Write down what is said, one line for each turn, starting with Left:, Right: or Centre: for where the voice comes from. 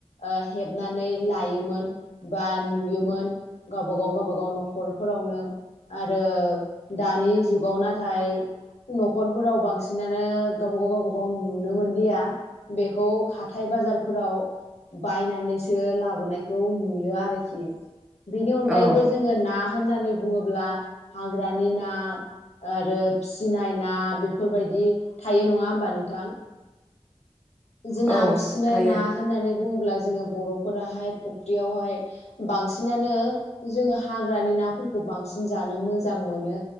Left: ओ हेबनानै लायोमोन बा नुयोमोन ओ गावबागाव गावबागाव न'खरफोरावनो आरो दानि जुगाव नाथाय न'खरफोराव बांसिनानो गावबा गाव गावबा गाव नुनो मोनलिया खौ हाथाय बाजारफोराव बायनानैसो लाबोनायखौ नुयो आरोखि बेनि अनगायैबो
Centre: औ
Left: जोङो ना होननानै बुङोब्ला हाग्रानि ना आरो फिसिनाय ना बेफोरबायदि थायो नङा होमबा नोंथां जोंहा
Centre: औ
Left: फिसिनाय
Centre: थायो
Left: ना होननानै बुङोब्ला जोङो बर'फोराहाय फुख्रियावहाय बांसिनानो जोङो हाग्रानि नाफोरखौ बांसिन जानो मोजां मोनो